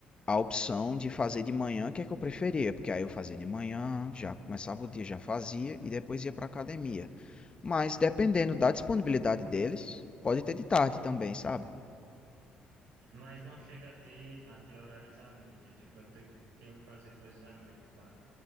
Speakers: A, on the left (about 30°); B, on the right (about 80°).
A: a opção de fazer de manhã, que é que eu preferia, porque aí eu fazia de manhã, já começava o dia, já fazia e depois ia para academia. Mas dependendo da disponibilidade deles, pode ter de tarde também, sabe?
B: Mas não chega a ter, a ter horários à noite. Tipo, eu te- tenho que fazer coisas à noite lá.